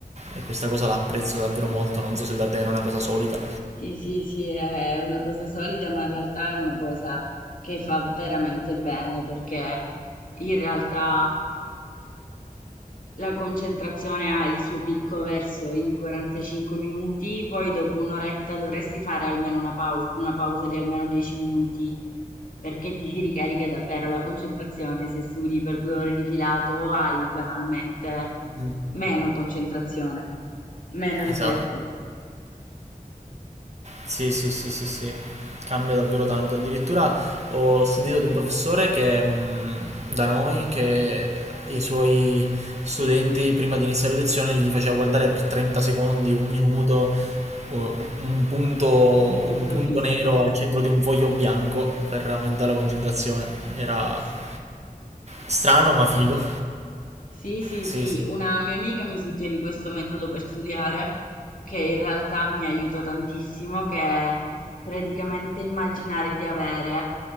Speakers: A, on the right; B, on the left.
A: E questa cosa la apprezzo davvero molto, non so se da te era una cosa solita.
B: Sì, sì, sì, è una cosa solida, ma in realtà è una cosa che fa veramente bene perché in realtà la concentrazione ha il suo picco verso i 45 minuti, poi dopo un'oretta dovresti fare almeno una pausa, una pausa di almeno 10 minuti perché ti si ricarica davvero la concentrazione. Se studi per due ore di filato hai banalmente
A: Mm.
B: meno concentrazione, meno effetto,
A: Esatto. Sì, sì, sì, sì, sì, cambia davvero tanto. Addirittura ho sentito di un professore che mh, da noi, che i suoi studenti prima di iniziare la lezione gli faceva guardare per 30 secondi, un minuto, o- un punto, un
B: un punto
A: punto
B: fisso.
A: nero al centro di un foglio bianco per aumentare la concentrazione. Era
B: Sì.
A: strano ma figo.
B: Sì, sì,
A: Sì,
B: sì,
A: sì.
B: una mia amica mi suggerì questo metodo per studiare che in realtà mi aiutò tantissimo, che è praticamente immaginare di avere